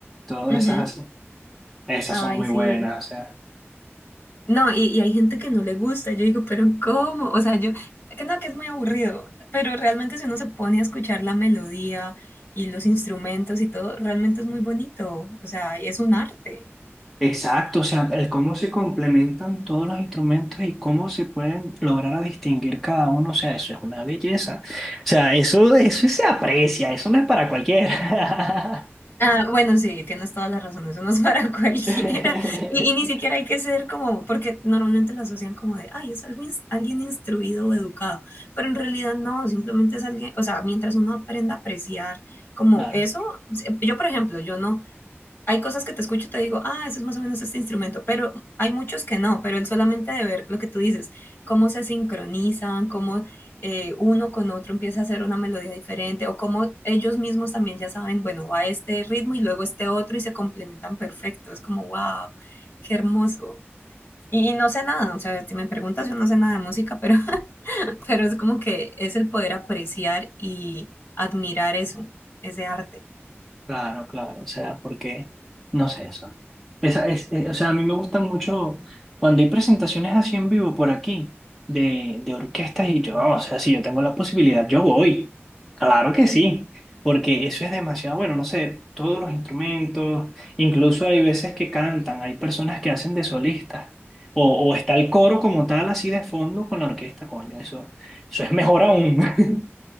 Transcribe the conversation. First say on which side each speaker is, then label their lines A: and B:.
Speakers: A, in the centre; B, on the left.
A: todas
B: ujú.
A: esas así. Esas
B: Ay,
A: son muy
B: sí.
A: buenas, o sea.
B: No, y, y hay gente que no le gusta. Yo digo, pero ¿cómo? O sea, yo, que no, que es muy aburrido, pero realmente si uno se pone a escuchar la melodía y los instrumentos y todo, realmente es muy bonito. O sea, es un arte.
A: Exacto, o sea, el cómo se complementan todos los instrumentos y cómo se pueden lograr a distinguir cada uno, o sea, eso es una belleza. O sea, eso, eso se aprecia, eso no es para cualquiera.
B: Ah, bueno, sí, tienes todas las razones, eso no es para <laughs> cualquiera.
A: <laughs>
B: Y, y ni siquiera hay que ser como, porque normalmente lo asocian como de, ay, es algo ins- alguien instruido o educado, pero en realidad no, simplemente es alguien, o sea, mientras uno aprenda a apreciar como
A: Claro.
B: eso, se- yo por ejemplo, yo no, hay cosas que te escucho y te digo, ah, ese es más o menos este instrumento, pero hay muchos que no, pero el solamente de ver lo que tú dices, cómo se sincronizan, cómo eh, uno con otro empieza a hacer una melodía diferente, o cómo ellos mismos también ya saben, bueno, va este ritmo y luego este otro y se complementan perfecto, es como, wow, qué hermoso. Y, y no sé nada, o sea, si me preguntas, yo no sé nada de música, pero, <laughs> pero es como que es el poder apreciar y admirar eso, ese arte.
A: Claro, claro, o sea, porque, no sé eso. Esa, es, eh, o sea, a mí me gusta mucho cuando hay presentaciones así en vivo por aquí de, de orquestas y yo, o sea, si yo tengo la posibilidad, yo voy. Claro que sí, porque eso es demasiado bueno, no sé, todos los instrumentos, incluso hay veces que cantan, hay personas que hacen de solistas, o, o está el coro como tal así de fondo con la orquesta, coño, eso, eso es mejor aún. <laughs>